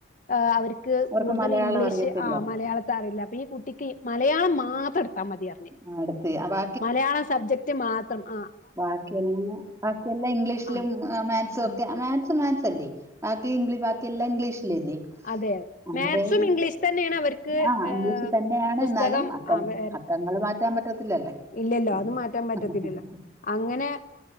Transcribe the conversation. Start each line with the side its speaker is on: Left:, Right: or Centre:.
Left: ആ അവര്ക്ക്
Right: അവർക്ക്
Left: കൂടുതല്
Right: മലയാളം
Left: ഇംഗ്ലീഷ്
Right: അറിയത്തില്ല.
Left: ആ മലയാളത്തെറിയില്ല അപ്പൊ ഈ കുട്ടി ട്ടി മലയാളം മാത്രട്ത്താ മതിർഞ്
Right: ആ <unintelligible> അവ
Left: മലയാളം സബ്ജക്ട് മാത്രം ആ
Right: ബാക്കിയെല്ലാം ബാക്കിയെല്ലാം ഇംഗ്ലീഷിലും
Left: ആഹ്
Right: മാത്സും
Left: ആഹ്
Right: ഒക്കെ മാത്സ് മാത്സല്ലേ ബാക്കി ഇംഗ്ലി ബാക്കെല്ലാംഇംഗ്ലീഷിലല്ലേ
Left: അതെ
Right: അന്നേരെ
Left: മാത്സും
Right: ഈ
Left: ഇംഗ്ലീഷ് തന്നെയാണ് അവർക്ക്
Right: ആ
Left: ഏഹ്
Right: ഇംഗ്ലീഷ് തന്നയാണ്
Left: പുസ്തകം
Right: ന്നാലും അ ക്കം
Left: ആഹ്
Right: അക്കങ്ങള് മാറ്റാൻ പറ്റത്തില്ലല്ലേ
Left: ഇല്ലല്ലോ
Right: ഉം
Left: അത് മാറ്റാൻ പറ്റത്തില്ലല്ലോ അങ്ങനെ